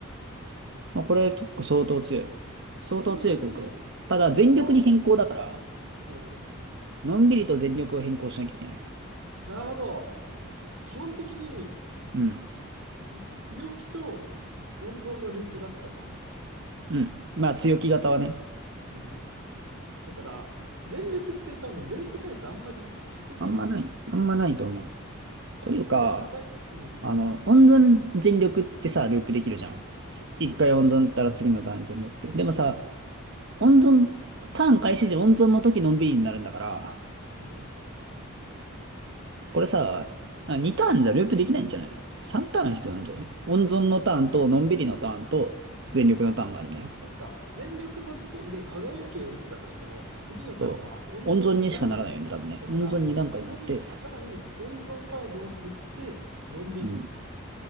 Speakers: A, on the right (about 55°); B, on the right (about 80°).
A: まあこれは結構相当強い。相当強い効果だけど。
B: 永続で10っ
A: ただ全力に変更だから、
B: てことは、うん。
A: のんびりと全力を変更しなきゃいけない。
B: なるほど。基本的に
A: うん。
B: つ強気と温存のループだったじゃん。
A: うん。まあ強気型はね、
B: うんうん。だから、全力って多分ループ回数あんまり稼げないよね。
A: あんまない、あんまないと思う。というか、
B: でも、かかい、うんうん。
A: あの、温存全力ってさ、ループできるじゃん。つ一回温存ったら次のターン全力って。
B: できるね。
A: でもさ、
B: できるできる。
A: 温存、ターン開始時温存の時のんびりになるんだから、
B: うん。
A: これさ、あ、2ターンじゃループできないんじゃないの ?3 ターン必要なんじゃない温存のターンと、のんびりのターンと、全力のターンがあるね。
B: そっか、全力の時点で輝きを打ったとしても、次のターンは温存2段階。
A: そう。温存にしかならないよね、多分ね。
B: だから、
A: 温存2段階になって、
B: そこにさらに温存カードを振って、のんびりにすると。
A: うん。